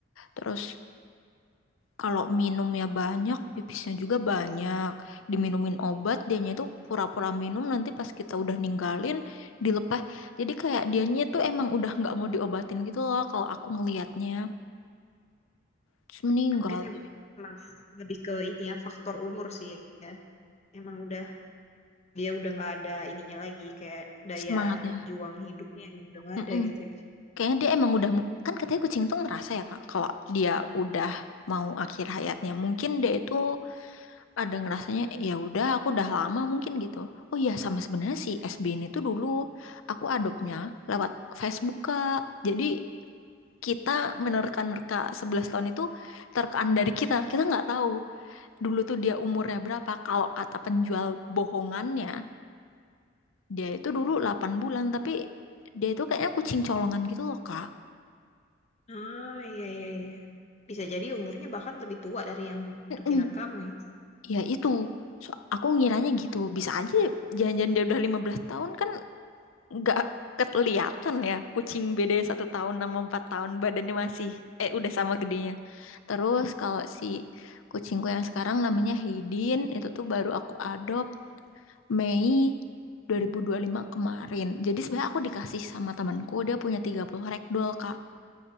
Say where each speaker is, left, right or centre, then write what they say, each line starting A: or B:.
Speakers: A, on the left; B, on the left.
A: Terus kalau minumnya banyak, pipisnya juga banyak. Diminumin obat, dianya itu pura-pura minum, nanti pas kita udah ninggalin, dilepas. Jadi kayak dianya tuh emang udah nggak mau diobatin gitu loh kalau aku ngelihatnya. Terus meninggal
B: Mungkin
A: deh
B: emang lebih ke ini ya, faktor umur sih ya. Emang udah, dia udah nggak ada ininya lagi, kayak daya
A: semangatnya.
B: juang hidupnya yang udah nggak
A: Mm-mm.
B: ada gitu ya.
A: Kayaknya dia emang udah, mu- kan katanya kucing tuh ngerasa ya Kak, kalau dia udah mau akhir hayatnya. Mungkin dia itu ada ngerasanya ya udah aku udah lama mungkin gitu. Oh iya sama sebenarnya si SB ini tuh dulu aku adopnya lewat Facebook Kak. Jadi kita menerka-nerka 11 tahun itu terkaan dari kita. Kita nggak tahu dulu tuh dia umurnya berapa. Kalau kata penjual bohongannya, dia itu dulu delapan bulan tapi dia itu kayaknya kucing colongan gitu loh Kak.
B: Ah, iya, iya, iya. Bisa jadi umurnya bahkan lebih tua dari yang
A: Mm-mm.
B: perkiraan kamu ya.
A: Ya itu. So, aku ngiranya gitu. Bisa aja jangan-jangan dia udah 15 tahun kan nggak kelihatan ya kucing beda satu tahun sama empat tahun badannya masih eh udah sama gedenya terus kalau si kucingku yang sekarang namanya Haydin itu tuh baru aku adopt Mei 2025 kemarin jadi sebenarnya aku dikasih sama temanku dia punya tiga puluh ragdoll kak